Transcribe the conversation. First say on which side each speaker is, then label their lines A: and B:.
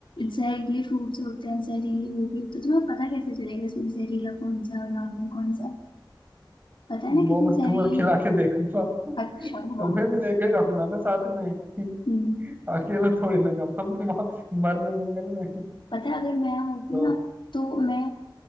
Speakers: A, on the left; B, on the right.
A: जहरीले फ्रूट्स होते हैं जहरीले वो भी होते हैं तुम्हें पता कैसे चलेगा इसमें जहरीला कौन सा है और नॉर्मल कौन सा है पता है
B: वो
A: ना कितनी
B: मैं
A: जहरीली
B: तुम्हें खिला के देखूंगा
A: अच्छा हुआ
B: तुम्हें भी लेके जाऊंगा ना साथ में
A: हम्म,
B: अकेला थोड़ी ना जाऊंगा मैं म- मरने जंगल में
A: पता है अगर मैं होती
B: तो
A: ना तो मैं